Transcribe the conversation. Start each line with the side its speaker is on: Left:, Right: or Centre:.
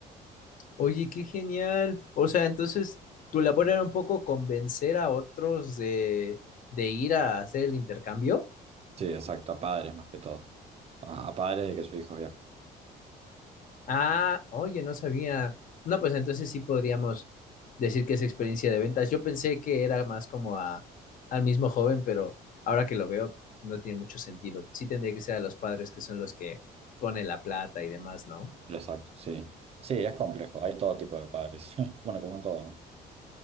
Left: Oye, qué genial. O sea, entonces tu labor era un poco convencer a otros de, de ir a hacer el intercambio.
Right: Sí, exacto, a padres más que todo. A, a padres de que sus hijos viajen.
Left: Ah, oye, no sabía. No, pues entonces sí podríamos decir que es experiencia de ventas. Yo pensé que era más como a, al mismo joven, pero ahora que lo veo no tiene mucho sentido. Sí tendría que ser a los padres que son los que ponen la plata y demás, ¿no?
Right: Exacto, sí. Sí, es complejo, hay todo tipo de padres. <laughs> Bueno, como en todo, ¿no?